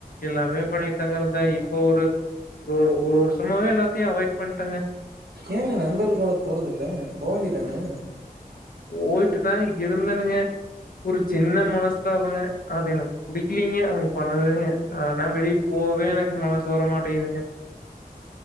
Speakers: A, on the left; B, on the right.
A: எல்லாமே பண்ணிட்டு தாங்க இருந்தே இப்ப ஒரு ஒ ஒரு வருஷமாவே எல்லாத்தையுமே அவாய்ட் பண்டேங்க
B: ஏங்க நண்பர்கள் கூட போறதல்ல போ வேண்டிதான
A: போயிட்டுதா இருந்தனுங்க ஒரு சின்ன மனஸ்தா அது எனக்கு படிக்கலீங்க அவங்க பண்ணதுங்க ஆனா வெளியே போவே எனக்கு மனசு வரமாட்டிங்துங்க